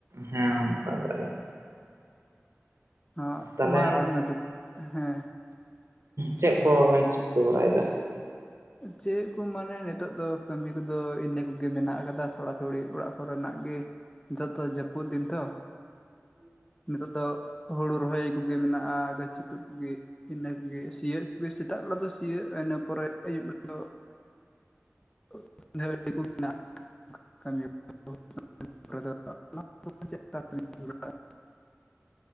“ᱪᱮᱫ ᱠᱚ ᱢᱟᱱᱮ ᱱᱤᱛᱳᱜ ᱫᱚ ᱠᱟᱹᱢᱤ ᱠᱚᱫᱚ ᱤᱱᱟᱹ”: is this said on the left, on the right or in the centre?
Left